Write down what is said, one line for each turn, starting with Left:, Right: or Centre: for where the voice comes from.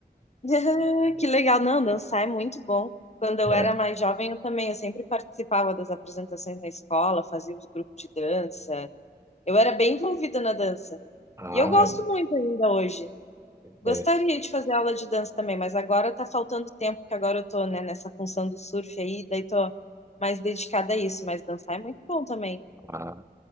Left: <laughs> que legal. Não, dançar é muito bom. Quando eu
Right: É.
Left: era mais jovem, eu também, eu sempre participava das apresentações na escola, fazia os grupos de dança. Eu era bem envolvida na dança.
Right: Ah,
Left: E eu gosto muito ainda hoje. Gostaria
Right: é.
Left: de fazer aula de dança também, mas agora tá faltando tempo, porque agora eu tô, né, nessa função do surf aí, daí tô mais dedicada a isso, mas dançar é muito bom também.
Right: Ah,